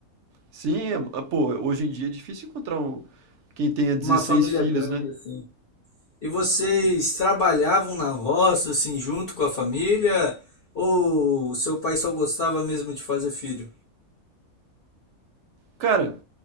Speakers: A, on the right (about 65°); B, on the left (about 45°).
A: Sim, é- pô, hoje em dia é difícil encontrar um quem tenha 16
B: Uma família
A: filhos,
B: grande
A: né?
B: assim. E vocês trabalhavam na roça assim junto com a família ou o seu pai só gostava mesmo de fazer filho?
A: Cara,